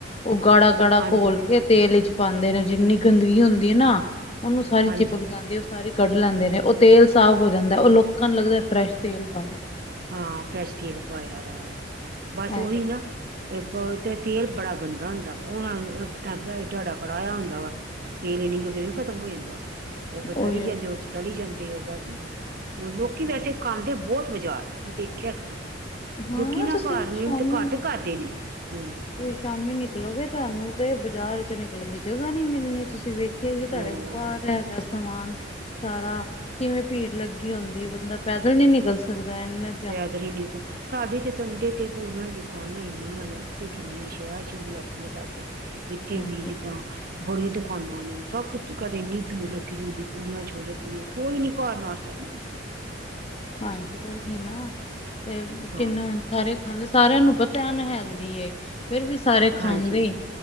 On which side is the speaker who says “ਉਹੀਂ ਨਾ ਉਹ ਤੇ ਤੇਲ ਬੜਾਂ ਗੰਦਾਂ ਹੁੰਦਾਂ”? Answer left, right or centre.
Right